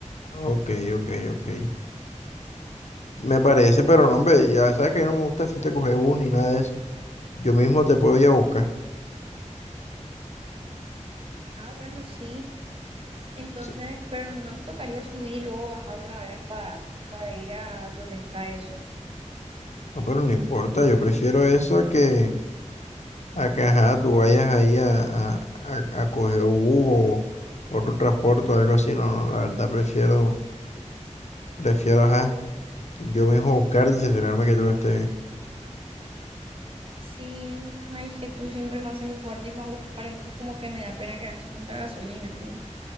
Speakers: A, on the left; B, on the right.
A: Ok, ok, ok. Me parece, pero no, hombre, ya sabes que a mí no me gusta hacerte coger bus ni nada de eso. Yo mismo te puedo ir a buscar.
B: Ah, bueno, sí. Entonces,
A: Sí.
B: pero no te tocaría subir y luego bajar otra vez para, para ir a donde está eso.
A: No, pero no importa, yo prefiero eso a que a que, ajá, tú vayas ahí a, a, a- a coger bus o otro transporte o algo así. No, no, la verdad prefiero, prefiero, ajá, yo mismo buscar y cerciorarme que todo esté bien.
B: Sí, ay, es que tú siempre me haces el favor de irme a buscar, entonces como que me da pena que gastes tanta gasolina, amor.